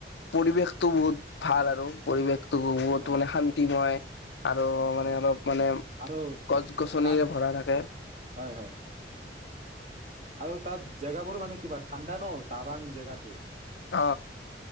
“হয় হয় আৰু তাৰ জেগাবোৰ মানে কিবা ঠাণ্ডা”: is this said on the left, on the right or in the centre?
Right